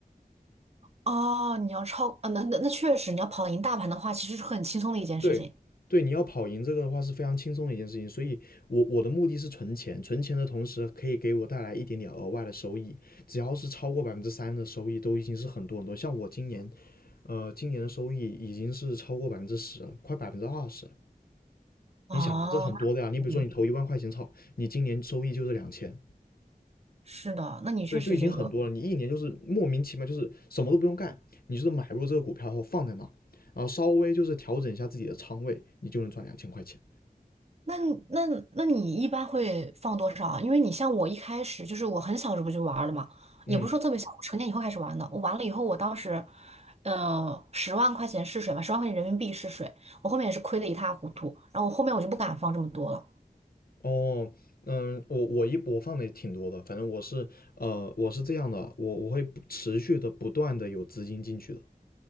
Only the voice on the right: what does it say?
哦，你要超，啊，那那那确实，你要跑赢大盘的话，其实是很轻松的一一件事情。
哦，
那肯定
是的，那你确实这个。
那那那你一般会放多少啊？因为你像我一开始就是我很小时候就玩了嘛，
也不是说特别小，我成年以后开始玩的。我玩了以后，我当时，呃，十万块钱试水嘛，十万块钱人民币试水，我后面也是亏的一塌糊涂。然后我后面我就不敢放这么多了。